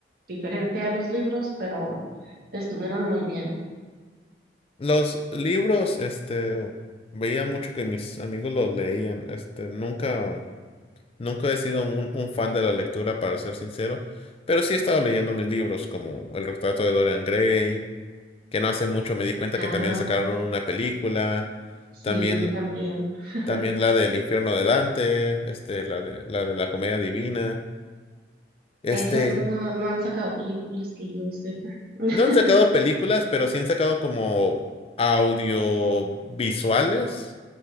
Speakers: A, on the right; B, on the left.
A: diferente a los libros, pero estuvieron muy bien.
B: Los libros, este, veía mucho que mis amigos los leían. Este, nunca, nunca he sido un, un fan de la lectura, para ser sincero, pero sí he estado leyendo mis libros, como El retrato de Dorian Gray, que no hace mucho me di cuenta
A: Ah,
B: que también sacaron
A: ujú,
B: una película,
A: sí,
B: también,
A: también. <laughs>
B: también la del infierno de Dante, este, la de, la de la comedia divina. Este,
A: Esas no, no no han sacado películas que yo sepa. <laughs>
B: No han sacado películas, pero sí han sacado como audiovisuales